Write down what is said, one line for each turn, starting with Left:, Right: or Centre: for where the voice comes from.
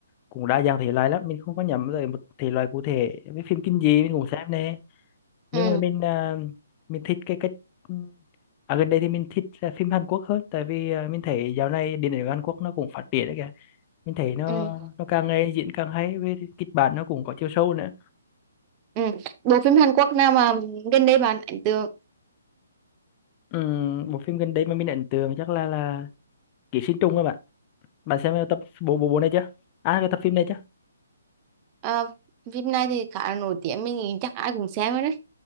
Left: cũng đa dạng thể loại lắm mình không có nhắm tới một thể loại cụ thể với phim kinh dị mình cũng xem nè nhưng
Right: Ừ,
Left: mà mình ờ, mình thích cái cách ừ, à, gần đây thì mình thích là phim Hàn Quốc hơn tại vì ờ, mình thấy dạo này điện ảnh Hàn Quốc nó cũng phát triển đấy kìa mình thấy nó
Right: ừ,
Left: nó càng ngày diễn càng hay với kịch bản nó cũng có chiều sâu nữa
Right: ừ. Bộ phim Hàn Quốc nào mà gần đây bạn ấn tượng?
Left: ừ, một phim gần đây mà mình ấn tượng chắc là là Ký sinh trùng các bạn bạn xem tập bộ bộ bộ này chưa à cái tập phim này chưa
Right: Ờ, phim này thì khá là nổi tiếng, mình nghĩ chắc ai cũng xem rồi đấy.